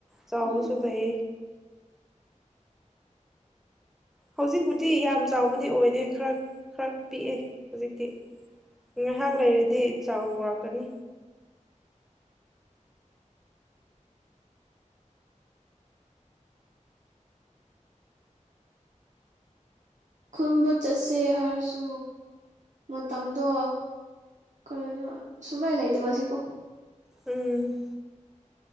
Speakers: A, in the centre; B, on the right.
A: ꯆꯥꯎꯕꯁꯨ
B: ꯎꯝ
A: ꯂꯩꯌꯦ ꯍꯧꯖꯤꯛꯕꯨꯨꯗꯤ ꯌꯥꯝ ꯆꯥꯎꯕꯗꯤ ꯑꯣꯏꯗꯦ ꯈꯔ ꯈꯔ ꯄꯤꯛꯑꯦ ꯍꯧꯖꯤꯛꯇꯤ ꯉꯥꯏꯍꯥꯛ ꯂꯩꯔꯗꯤ ꯆꯥꯎ ꯋꯥꯔꯛꯀꯅꯤ
B: ꯈꯨꯟꯕꯨ ꯆꯠꯁꯦ ꯍꯥꯏꯔꯁꯨ ꯃꯇꯝꯗꯣ ꯀꯩꯅꯣ ꯁꯨꯡꯂꯥꯏ ꯂꯩꯇꯕ ꯑꯁꯤꯀꯣ
A: ꯎꯝ